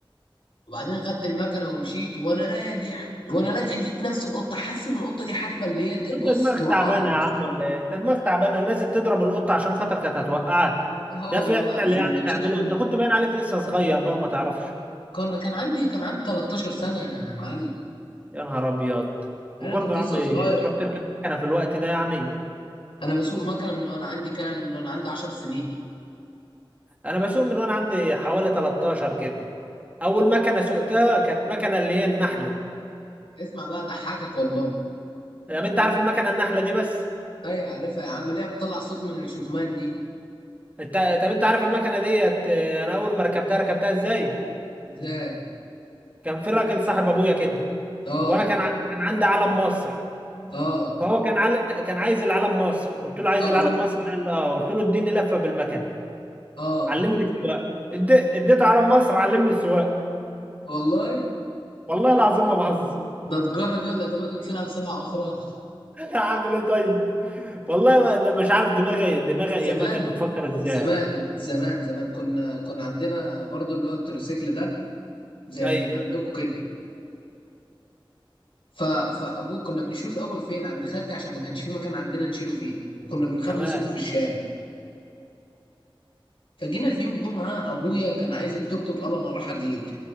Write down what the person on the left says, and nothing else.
وبعدين خدت المكنه ومشيت وانا راجع وانا راجع لقيت نفس القطه حاسس ان القطه دي حالفه اللي هي ت-
بص
توقعني
<laughs> اه
والله
العظيم
شوف
كان كان عندي كان عندي 13 سنه يا معلم
انا
كنت
لسه
صغير
انا بسوق مكنه من وانا عندي كام من وانا عندي 10 سنين
اسمع بقى ضحكك والله
ايوه عارفها يا عم اللي هي بتطلع صوت من الشكمان دي
ازاي
اه
اه
اه
اه
والله
ده تجاره دي ولا تبادل سلعه بسلعه اخرى
زمان
زمان زمان زمان كنا كنا عندنا برضو اللي هو التروسيكل ده زي
اللي كان عندكم كده ف... فابوه كنا بنشيله الاول فين عند خالتي عشان ما كانش في مكان عندنا نشيله فيه وكنا بنخاف
نسيبه في الشارع فجينا في يوم جمعه ابويا كان عايز التوك توك قال انا هروح اجيب